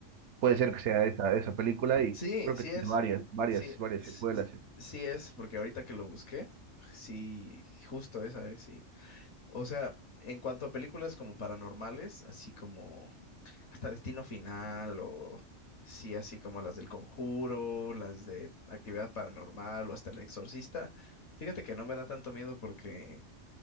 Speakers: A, on the right; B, on the left.
A: Puede ser que sea esa, esa película y
B: Sí,
A: creo
B: sí
A: que tiene
B: es.
A: varias, varias,
B: Sí,
A: varias
B: s-
A: secuelas,
B: s-
A: ¿eh?
B: sí es, porque ahorita que lo busqué, sí, justo esa es, sí. O sea, en cuanto a películas como paranormales, así como hasta Destino Final o sí, así como las del Conjuro, las de Actividad Paranormal o hasta El Exorcista, fíjate que no me da tanto miedo porque